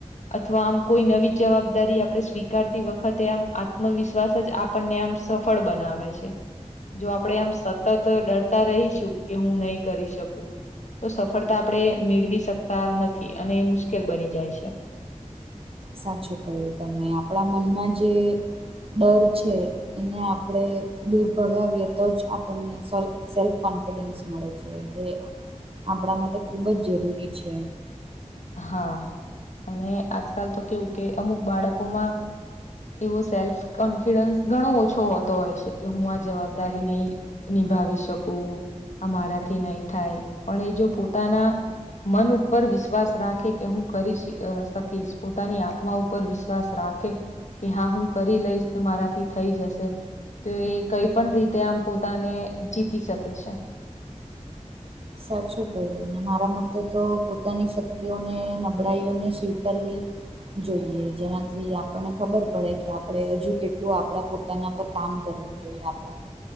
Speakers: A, on the left; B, on the right.
A: અથવા આમ કોઈ નવી જવાબદારી આપણે સ્વીકારતી વખતે આમ આત્મવિશ્વાસ જ આપણને આમ સફળ બનાવે છે જો આપણેે આમ સતત ડરતા રહીશું કે હું નહી કરી શકું તો સફળતા આપણે મેળવી શકતા નથી અને એ મુશ્કેલ બની જાય છે
B: સાચું કહ્યું તમે આપણા મનમાં જે ડર છે એને આપણે દૂર ભગાવીએ તો જ આપણને સો સેલ્ફોન ફિડન્સ મળે છે જે આપણા માટે ખૂબ જ જરૂરી છે
A: હા અને આજકાલ તો કેવું કે અમુક બાળકોમાં એવો સેલ્ફ કોન્ફિડન્સ ઘણો ઓછો હોતો હોય છે કે હું આ જવાબદારી નહી નિભાવી શકું આ મારાથી નહી થાય પણ એ જો પોતાના મન ઉપર વિશ્વાસ વિશ્વાસ રાખે કે હું કરીશ શકીશ પોતાની આત્મા ઉપર વિશ્વાસ રાખે કે હા હું કરી લઈશ મારાથી થઈ જશે તો એ કઈ પણ રીતે આમ પોતાને જીતી શકે છે
B: સાચું કહ્યું અને મારા મતે તો પોતાની શક્તિઓને નબળાઈઓને સ્વીકારવી જોઈએ જેનાથી આપણને ખબર પડે કે આપણે હજુ કેટલું આપણા પો તેના પર કામ કરવું જોઈએ આપણે